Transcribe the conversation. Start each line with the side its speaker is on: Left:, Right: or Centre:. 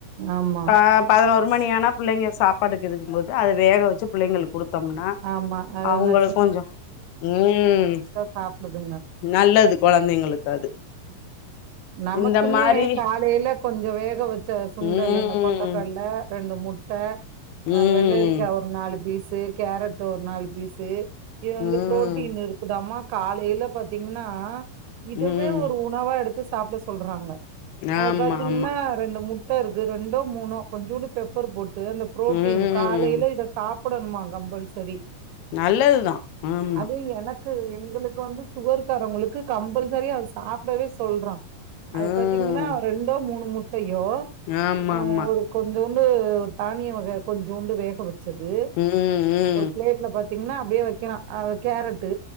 Right: ஆமா,
Left: ப்ப பதினொரு மணியானா புள்ளைங்க சாப்பாடுக்கு இதுக்கும்போது அது வேக வச்சு புள்ளைங்களுக் குடுத்தோம்னா
Right: ஆமா. அது
Left: அவங்களுக்
Right: இந்த
Left: கொஞ்சோ ம்
Right: சாப்புடுதுங்க
Left: நல்லது கொழந்தைங்களுக்கு அது
Right: நமக்குமே
Left: இந்த மாரி
Right: காலேல கொஞ்சோ வேக வச்ச சுண்டல்
Left: ம்
Right: அந்த கொண்டக்கல் ல ரெண்டு முட்ட
Left: ம்
Right: அ வெள்ளரிக்கா ஒரு நாலு பீஸு கேரட் ஒரு நாலு பீஸு இது வந்து
Left: ம் ம்
Right: புரோட்டீன் இருக் குதாமா காலேல பாத்தீங்கன்னா இதுவே
Left: ம்
Right: ஒரு உ உணவா எடுத்து சாப்ட சொல்றாங்க அத
Left: ஆமா
Right: பாத்தீங்கன்னா
Left: ஆமா
Right: ரெண்டு முட்ட இருக்கு ரெண்டோ மூணோ கொஞ்சூண்டு பெப்பர் போட்டு அந்த ப்ரோட்டீனு
Left: ம்
Right: காலேல இத சாப் ப்டணுமா கம்பல்சரி
Left: நல்லதுதா ஆமா
Right: அது எனக் கு எங்களுக்கு வந்து சுகர்காரவங்ளுக்கு கம்பல்சரியா அது சாப்டவே சொல்றா அது
Left: ம்
Right: பாத்தீங்கன்னா ரெண்டோ மூணு முட்டையோ
Left: ஆமா
Right: அ
Left: ஆமா
Right: ஒரு கொஞ்ஜோண்டு தானிய வக கொஞ்ஜூண்டு வேக வச்சது
Left: ம் ம்
Right: ஒரு ப்ளேட்ல பாத்தீங்கன்னா அப்டியே வக்கிறா அது கேரட்டு